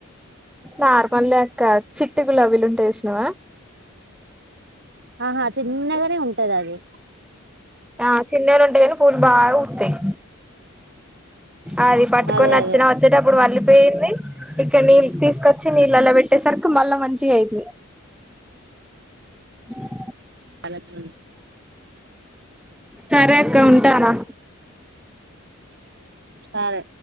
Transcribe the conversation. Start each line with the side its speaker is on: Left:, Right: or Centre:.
Centre: నార్మలే అక్క చిట్టి గులాబీలుంటాయ్ చుసినావా
Right: ఆహా చిన్నగానే ఉంటది అది
Centre: ఆ చిన్నగానే ఉంటది కానీ పూలు బాగా పుత్తయ్ అది పట్టుకొని
Right: అదే అదే
Centre: అచ్చినా వచ్చేట అప్పుడు మళ్లిపోయింది ఇక నీళ్ళు తీసుకొచ్చి నీళ్ళలా పెట్టేసరికు మళ్ళా మంచిగా అయింది అ
Right: అన్నట్లు
Centre: సరే అక్క ఉంటానా
Right: సరే